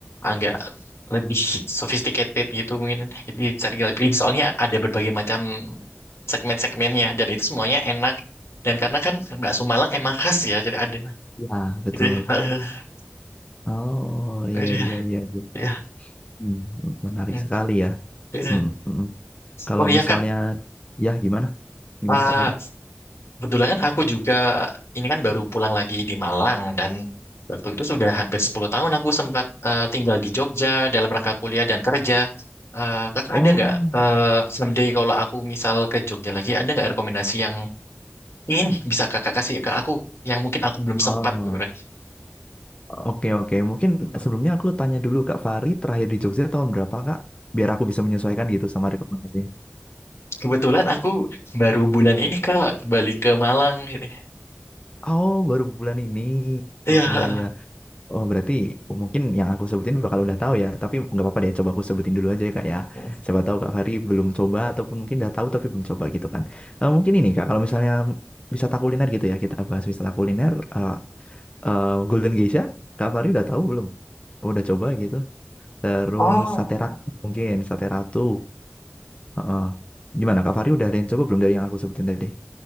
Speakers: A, on the left; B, on the left.
A: agak lebih sophisticated gitu mungkin. Jadi bisa tinggal pilih, soalnya ada berbagai macam segmen-segmennya, dan itu semuanya enak. Dan karena kan bakso Malang emang khas ya, jadi ada.
B: Ya, betul.
A: Gitu ya. <laughs>
B: Oh, iya
A: Aduh, ya.
B: iya iya. iya.
A: ya.
B: Hmm, menarik
A: Hmm,
B: sekali ya.
A: Gitu ya.
B: Mm, mm, mm. Kalau
A: Oh iya,
B: misalnya
A: Kak.
B: ya gimana? Gimana
A: Ah,
B: Kak Fahri?
A: Kebetulan kan aku juga ini kan baru pulang lagi di Malang dan waktu itu sudah hampir 10 tahun aku sempat eh, tinggal di Jogja dalam rangka kuliah dan kerja. Eh, kakak
B: Oh,
A: ada nggak eh
B: iya. iya.
A: someday kalau aku misal ke Jogja lagi ada nggak rekomendasi yang ingin bisa kakak kasih ke aku yang mungkin aku belum
B: Oh.
A: sempat gitu kan.
B: Oke, oke. Mungkin
A: <laughs>
B: sebelumnya aku tanya dulu Kak Fari, terakhir di Jogja tahun berapa Kak? Biar aku bisa menyesuaikan gitu sama rekomendasinya.
A: Kebetulan aku baru bulan ini kak balik ke Malang. gitu.
B: Oh, baru bulan ini.
A: Iya.
B: Oh iya, iya. Oh, berarti mungkin yang aku sebutin bakal udah tahu ya. Tapi nggak apa-apa deh, coba aku sebutin dulu aja ya Kak ya.
A: <laughs>
B: Siapa tahu Kak Fari belum coba, ataupun mungkin udah tahu tapi belum coba gitu kan. Eh, mungkin ini Kak, kalau misalnya wisata kuliner gitu ya, kita bahas wisata kuliner. eh, eh, Golden Geisha, Kak Fari udah tahu belum? Udah coba gitu. Terus
A: Oh.
B: Sate Ratu mungkin, Sate Ratu. Heeh. Gimana Kak Fari udah ada yang coba belum dari yang aku sebutin tadi?